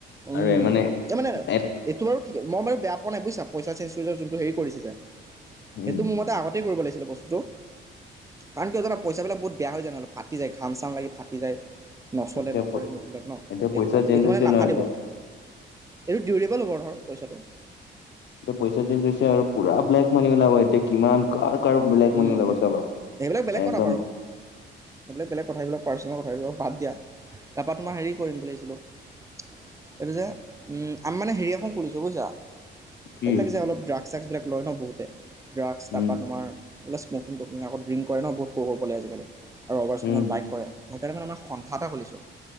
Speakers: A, on the right; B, on the left.
A: উম
B: আৰু মানে
A: তামানে
B: এ-
A: এইটো বাৰু ঠিক মই বাৰু বেয়া পোৱা নাই বুইছা পইচা চেঞ্জ হেৰি কৰিছে যে
B: উম
A: সেইটো মই তাৰ আগতেই কৰিব লাগিছিলে বস্তুটো। কাৰণ কিয় যানা পইচাবিলাক বহুত বেয়া হৈ যায় হ'লে ফাটি যায় ঘাম চাম লাগি ফাটি যায় নচলে
B: এতিয়া
A: নকৰে
B: প-
A: নোটবিলাক ন
B: এতিয়া
A: সেইটো
B: পইচা
A: কাৰণে,
B: চেঞ্জ
A: এইটো
B: হৈছে
A: মানে নাফাতিব।
B: ন এতিয়া
A: এইটো ডিউৰেবল পইচাটো।
B: এতি পইচা টো আৰু পুৰা ব্লেক মানি ওলাব এতিয়া। কিমান কাৰ কাৰ বেলেগ
A: উম,
B: মনি ওলাব চাবা
A: বেলেগ কথা
B: একদম।
A: বাৰু। সেইবিলাক বেলেগ কথাবিলাক পাৰ্চনেল কথাবিলাক বাদ দিয়া তাৰপৰা তোমাৰ হেৰি কৰিম বুলি ভাবিছিলোঁ এইটো যে আমি মানে হেৰি এখন খুলিছোঁ বুইছা।
B: কি
A: এইবিলাক যে অলপ ড্ৰাগছ চ্ৰাগছ বিলাক লয় ন বহুতে ড্ৰাগছ তাৰপৰা
B: উম
A: তোমাৰ। বোলে স্মকিং টকিংকৌ ড্ৰিং কৰে ন বহুত সৰু সৰু পোৱালি বোৰে আজিকালি আৰু ৰভাৰ স্পিঙত
B: উম
A: বাইক কৰে। সেই কাৰনে আমি আমাৰ সন্থা এটা খুলিছোঁ